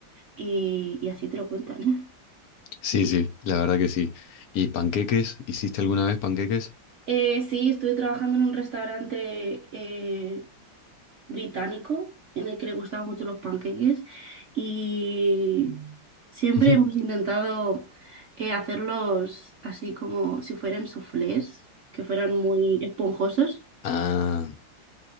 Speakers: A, on the right; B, on the left.
A: y, y así te lo cuentan. <laughs>
B: Sí, sí, la verdad que sí. ¿Y panqueques? ¿Hiciste alguna vez panqueques?
A: Eh, sí, estuve trabajando en un restaurante eh, británico en el que le gustaban mucho los pancakes y siempre
B: <laughs> Ujú.
A: hemos intentado eh, hacerlos así como si fueran soufflés, que fueran muy esponjosos.
B: Ah,